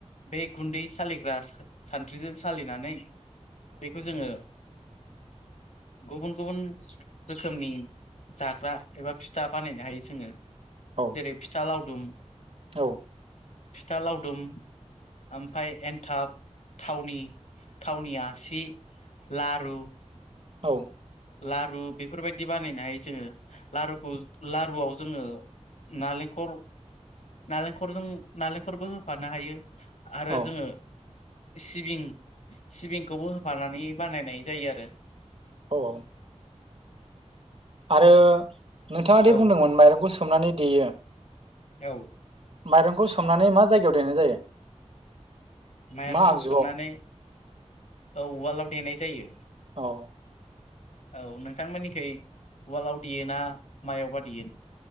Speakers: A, on the left (about 75°); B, on the right (about 55°).
A: बे गुन्दै सालिग्रा सानथ्रिजों सालिनानै बेखौ जोङो
B: <inaudible>
A: गुबुन गुबुन रोखोमनि जाग्रा एबा फिथा बानायनो हायो जोङो
B: औ
A: जेरै फिथा लावदुम
B: औ
A: फिथा लावदुम ओमफ्राय एन्थाब थावनि थावनिया सि लारु
B: औ
A: लारु बेफोरबायदि बानायनो हायो जोङो लारुखौ लारुआव जोङो नालेंखर नालेंखरजों नालेंखरबो होफानो हायो आरो
B: औ
A: जोङो सिबिं सिबिंखौबो होफानानै बानायनाय जायो आरो
B: औ आरो नोंथाङा दे
A: ओ औ
B: बुंदोंमोन माइरंखौ सोमनानै देयो
A: औ
B: माइरंखौ सोमनानै मा जायगायाव देनाय जायो
A: माइरंखौ
B: मा आगजुआव
A: सोमनानै उवालाव देनाय जायो
B: औ
A: औ नोंथांमोननिखै उवालाव देयो ना मायावबा देयो